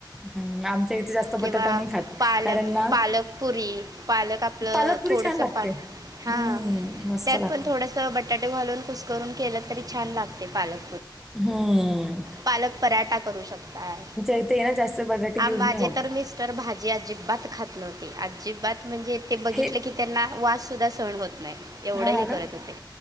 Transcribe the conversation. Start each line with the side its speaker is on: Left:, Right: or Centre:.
Centre: हं, आमच्या इथे जास्त
Right: किंवा
Centre: बटाटा नाही खात.
Right: पालक
Centre: कारण ना
Right: पालक पुरी पालक आपलं
Centre: पालकपुरी
Right: थोडस
Centre: छान लागते.
Right: पान हा
Centre: हं, मस्त
Right: त्यात
Centre: लागते.
Right: पण थोडं बटाटे घालून कुस्करून केलं तरी, छान लागतयं पालक.
Centre: हम्म,
Right: पालक पराठा करू शकताय,
Centre: इथे आहे ना जास्त बटाटे यूज
Right: माझे
Centre: नाही होत.
Right: तर मिस्ट तर भाजी अजिबात खात नव्हते, अजिबात म्हणजे ते बघितलं
Centre: हे
Right: की त्यांना वास सुद्धा सहण होत नाही एवढं
Centre: हां
Right: हे
Centre: ना,
Right: करत होते.